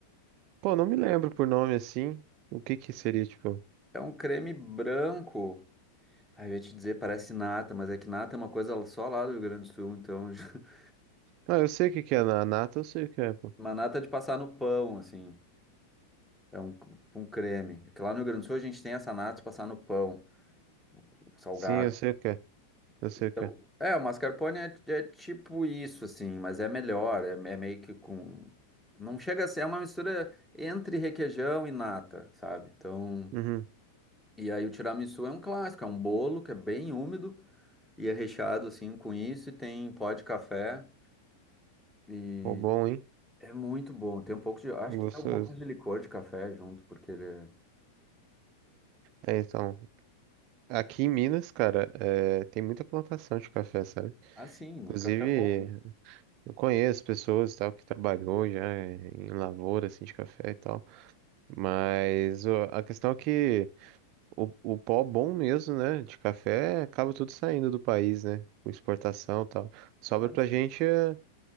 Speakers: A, on the right; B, in the centre.
A: Pô, não me lembro por nome assim. O que que seria, tipo?
B: É um creme branco. Aí eu ia te dizer, parece nata, mas é que nata é uma coisa só lá do Rio Grande do Sul, então <laughs>
A: Ah, eu sei o que que é na nata, eu sei o que é, pô.
B: uma nata é de passar no pão, assim. É um, um creme. Porque lá no Rio Grande do Sul a gente tem essa nata de passar no pão, salgado.
A: Sim, eu sei o que é. Eu sei
B: Então,
A: o que é.
B: é, o mascarpone é, é tipo isso, assim, mas é melhor, é, é meio que com... Não chega a ser, é uma mistura entre requeijão e nata, sabe? Então,
A: Uhum.
B: e aí o tiramisu é um clássico, é um bolo que é bem úmido e é recheado, assim, com isso e tem pó de café e
A: Pô, bom, hein?
B: é muito bom. Tem um pouco de... Acho
A: Gostoso.
B: que tem alguma coisa de licor de café junto, porque ele é...
A: É, então, aqui em Minas, cara, é, tem muita plantação de café, sabe?
B: Ah, sim, muito
A: Inclusive,
B: café é bom. né?
A: eu conheço pessoas e tal que trabalhou já em lavoura, assim, de café e tal. Mas ó, a questão é que o, o pó bom mesmo, né, de café, acaba tudo saindo do país, né? Com exportação e tal. Sobra
B: Ah,
A: pra
B: sim.
A: gente é,